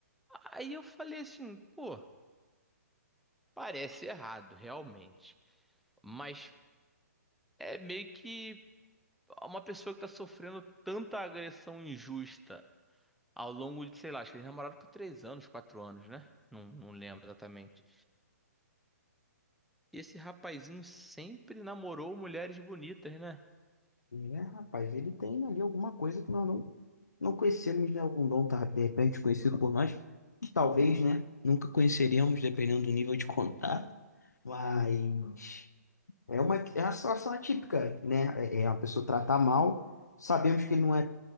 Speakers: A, in the centre; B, on the left.
A: Aí eu falei assim, pô, parece errado, realmente. Mas é meio que uma pessoa que tá sofrendo tanta agressão injusta ao longo de, sei lá, acho que eles namoraram por três anos, quatro anos, né? Não, não lembro exatamente. E esse rapazinho sempre namorou mulheres bonitas, né?
B: É, rapaz, ele tem ali alguma coisa que nós não, não conhecemos, né? Algum dom, tá, de repente, conhecido por nós, que talvez, né, nunca conheceríamos, dependendo do nível de contato. Mas é uma, é uma situação atípica, né? É é uma pessoa tratar mal, sabemos que ele não é